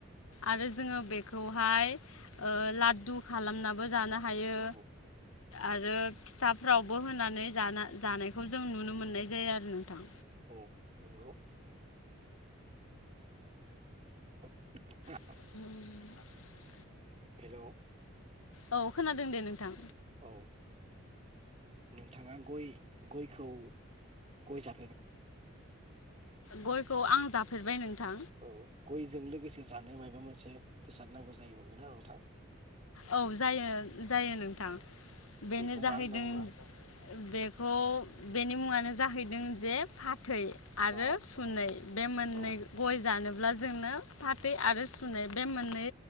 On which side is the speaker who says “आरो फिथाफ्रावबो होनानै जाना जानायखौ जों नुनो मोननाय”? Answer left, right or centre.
Left